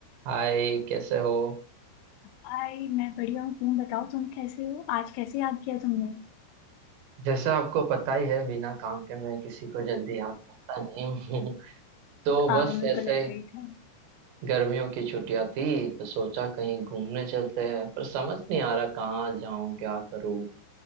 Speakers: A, on the right; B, on the left.
A: हाय कैसे हो
B: हाय मैं बढ़िया हूँ तुम बताओ तुम कैसे हो आज कैसे याद किया तुमने <laughs>
A: जैसा आपको पता ही है बिना काम के मैं किसी को जल्दी याद करता नहीं हूँ <laughs> तो
B: हाँ
A: बस
B: मेरे
A: ऐसे
B: को लग
A: ही
B: गई था
A: गर्मियों की छुट्टियां थी तो सोचा कहीं घूमने चलते हैं पर समझ नहीं आ रहा कहाँ जाऊं क्या करूं